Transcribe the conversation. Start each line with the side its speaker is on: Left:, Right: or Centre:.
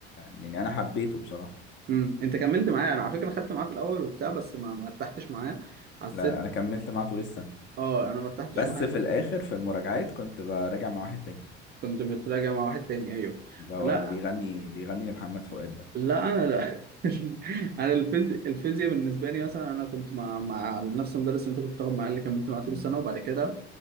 Left: يعني انا حبيته بصراحه
Right: امم انت كملت معايا انا على فكره خدت معاه في الاول وبتاع بس ما ما ارتحتش معاه حسيت
Left: لا لا، انا كملت معاه طول السنه
Right: اه انا ما ارتحتش
Left: بس
Right: معاه
Left: في الاخر في المراجعات كنت براجع مع واحد تاني
Right: كنت بتراجع مع واحد تاني ايوه
Left: اللي هو
Right: لا
Left: اللي بيغني بيغني لمحمد فؤاد ده
Right: لا انا لا <laughs> انا الفيزياء الفيزياء بالنسبه لي مثلا انا كنت مع مع نفس المدرس اللي انت كنت بتاخد معاه اللي كملت معاه طول
Left: مم.
Right: السنه وبعد كده